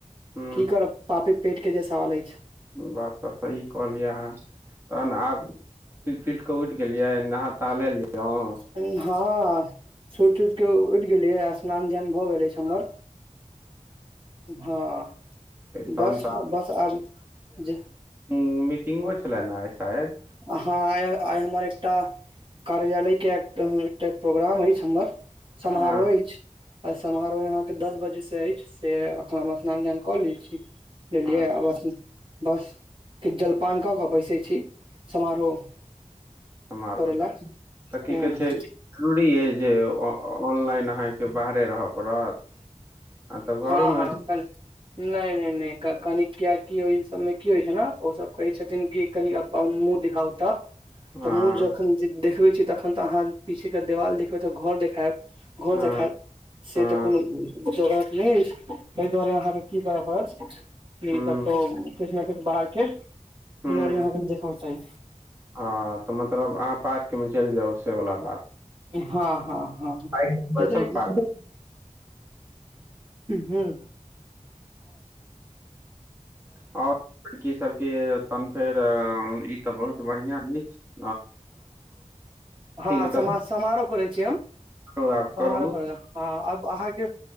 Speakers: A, on the right; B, on the right.
A: हूँ
B: की करब पापी पेट के जे सवाल अछि
A: बात तऽ सही कहलियअ अहाँ तहन आब सूत सुइत कऽ उठि गेलियै नहा तहा लेलोंह
B: हँ सुति उति के उठि गेलियै स्नान धयान भऽ गेले अछि हमर हँ
A: तहन
B: बस बस आब जे
A: हुँ मीटिंगो छलाह न आइ शायद
B: हाँ आइ हमर एकटा कार्यालय के एक एकटा प्रोग्राम अछि हमर समारोह
A: हँ
B: अछि आ समारोह यहाँ के दस बजे से अछि से एखन हम स्नान ध्यान कऽ लै छी बुजलियै
A: हँ
B: आब बस किछ जलपान कऽ कऽ बैसै छी समारोह
A: समाहरोला
B: करै लए
A: तऽ की
B: हूँ
A: कहै
B: हूँ
A: छै जरूरी अइ जे ऑनलाइन अहाँ के बाहरे रहय पड़त आ तऽ
B: हँ
A: घरोमे
B: हँ फ नहि नहि नहि कनी किया की ओ सबमे की होइ छै ने ओ सब कहै छथिन कि कनि अपन मुँह दिखाउ त
A: हँ
B: तऽ मुँह जखन देखबै छी तखन तऽ अहाँ पीछे के देवाल देखबै तऽ घर देखात घर
A: हँ
B: देखात से
A: हँ
B: त कोनो जोगार नहि अछिओहि दुआरे अहाँ के की करऽ पड़त क
A: हूँ
B: कतहु किछ ने किछ बाहर के सिनरियो
A: हूँ
B: वहाँ के देखै कें चाहि
A: हँ तऽ मतलब अहाँ पार्क मे चलि जाउ से बला बात
B: हँ हँ हँ
A: बाइक पर
B: हेतई
A: बैसल पार्क
B: हुँ
A: आओर लड़की सभ के तहन फेर ई तऽ बहुत बढ़िआँ नहि छै
B: हँ
A: मतलब
B: सम समारोह करै छीय हम
A: समारोह आब
B: समारोह
A: करू
B: करैला आब अहाँ के